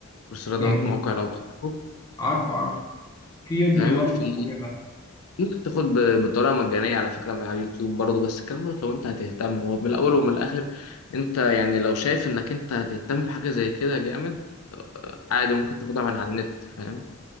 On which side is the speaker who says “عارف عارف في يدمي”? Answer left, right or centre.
Left